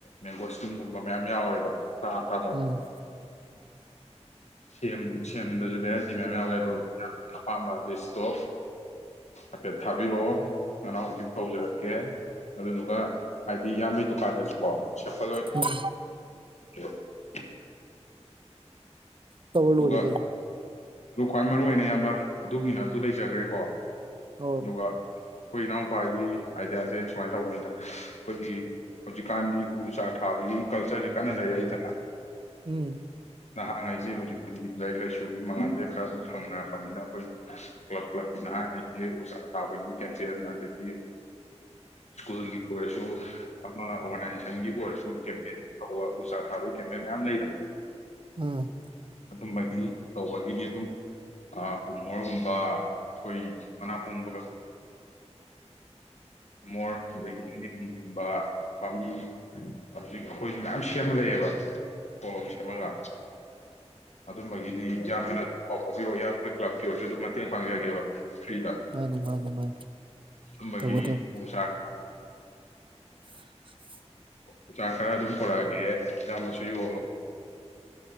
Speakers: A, on the left; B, on the right.
A: ꯃꯦꯡꯒꯣ ꯁ꯭ꯇꯝꯒꯨꯝꯕ ꯃꯌꯥꯝ ꯌꯥꯎꯋꯦꯕ꯫ ꯑꯇꯥꯡ - ꯑꯇꯥꯡꯕ꯫
B: ꯎꯝ
A: ꯁꯦꯝ ꯁꯦꯝꯗꯖꯨ ꯃꯌꯥꯝ ꯌꯥꯎꯋꯦ ꯑꯗꯣ ꯌꯥꯝ ꯑꯄꯥꯝꯕ ꯂꯤꯁꯇꯣ ꯍꯥꯏꯐꯦꯠ ꯊꯥꯕꯤꯔꯛꯑꯣ ꯅꯥꯑꯣ ꯒꯤꯞ ꯇꯧꯖꯔꯛꯀꯦ ꯑꯗꯨꯗꯨꯒ ꯍꯥꯏꯗꯤ ꯏꯌꯥꯝꯕꯩꯗꯨ ꯀꯥꯟꯗꯁꯨꯀꯣ ꯁꯤꯝꯄꯜ ꯑꯣꯏꯅ
B: ꯎꯝ
A: <inaudible>
B: ꯇꯧꯔ
A: ꯑꯗꯨꯒ
B: ꯂꯣꯏꯔꯦ ꯀꯩꯅꯣ ꯫
A: ꯑꯗꯨ ꯈ꯭ꯋꯥꯏ ꯃꯔꯨ ꯑꯣꯏꯅ ꯏꯌꯥꯝꯕ ꯑꯗꯨꯒꯤꯅ ꯑꯗꯨ ꯂꯩꯖꯈ꯭ꯔꯦꯀꯣ
B: ꯑꯧ
A: ꯑꯗꯨꯒ ꯑꯩꯈꯣꯏ ꯏꯅꯥꯎꯄꯥꯒꯤ ꯑꯥꯏꯗꯤꯌꯥꯁꯦ ꯁꯨꯃꯥꯏꯅ ꯇꯧꯕꯅꯤꯗ ꯑꯩꯈꯣꯏꯒꯤ ꯍꯧꯖꯤꯛꯀꯥꯟꯒꯤ ꯎ ꯆꯥꯔ ꯊꯥꯕꯒꯤ ꯀꯜꯆꯔꯁꯤ ꯀꯅ ꯂꯩ ꯗꯅꯥ
B: ꯎꯝ
A: ꯅꯍꯥ ꯑꯩꯁꯦ ꯍꯧꯖꯤꯛ ꯂꯥꯏꯔꯤꯛ ꯂꯥꯏꯁꯨꯒꯤ ꯃꯉꯥꯟꯁꯦ ꯈꯔ ꯑꯗꯨꯝ ꯐꯪꯅꯔꯛꯄꯅꯤꯅ ꯑꯩꯈꯣꯏꯒꯤ ꯀ꯭ꯂꯕ - ꯀ꯭ꯂꯕꯀꯤꯅ ꯍꯥꯏꯔꯆꯦ ꯎ ꯆꯥ ꯊꯥꯕꯒꯤ ꯀꯦꯝꯄꯦꯟ ꯑꯗꯒꯤ ꯁ꯭ꯀꯨꯜꯒꯤ ꯑꯣꯏꯔꯁꯨ ꯑꯃ ꯑꯣꯔꯒꯅꯥꯏꯖ ꯁꯟꯒꯤꯕꯨ ꯑꯣꯏꯔꯁꯨ ꯀꯦꯝꯄꯦꯦꯟ ꯐ ꯑꯣꯏ ꯎ ꯆꯥ ꯊꯥꯕꯒꯤ ꯀꯦꯝꯕꯦꯟ ꯃꯌꯥꯝ ꯂꯩꯗꯅ
B: ꯎꯝ
A: ꯑꯗꯨꯝꯕꯒꯤ ꯇꯧꯕꯒꯤꯗꯤ ꯑꯗꯨꯝ ꯀꯨꯃꯣꯔꯒꯨꯝꯕ ꯑꯩꯈꯣꯏ ꯃꯅꯥ ꯄꯣꯡꯕ ꯀꯨꯃꯣꯔ ꯑꯗꯒꯤꯨꯝꯒꯨꯝꯕ ꯄꯥꯝꯕꯤ ꯍꯧꯖꯤꯛ ꯑꯩꯈꯣꯏꯁꯨ ꯃꯌꯥꯝ ꯁꯦꯝꯃ ꯂꯩꯌꯦꯕ ꯀꯣꯂꯣꯝ ꯁꯦꯝꯃꯒ ꯑꯗꯨꯝꯕꯒꯤꯗꯤ ꯌꯥꯝꯕꯅ ꯑꯗꯨꯝ ꯄꯥꯎ ꯐꯥꯎꯕꯤꯔꯛꯑꯣ ꯌꯥꯝ ꯃꯣꯏ ꯀ꯭ꯂꯕꯀꯤ ꯑꯣꯏꯔꯁꯨ ꯑꯗꯨꯝ ꯃꯇꯦꯡ ꯄꯥꯡꯖꯒꯦꯕ ꯐ꯭ꯔꯤꯗ
B: ꯃꯥꯅꯤ ꯃꯥꯅꯤ ꯃꯥꯅꯤ
A: ꯑꯗꯨꯝꯕꯒꯤ
B: ꯇꯧꯒꯗꯕ
A: ꯎ ꯆꯔ
B: <inaudible>
A: ꯎ ꯆꯔꯥ ꯈꯔ ꯑꯗꯨꯝ ꯄꯨꯔꯛꯑꯒꯦ ꯏꯌꯥꯝꯕꯁꯨ ꯌꯣꯜꯂꯣ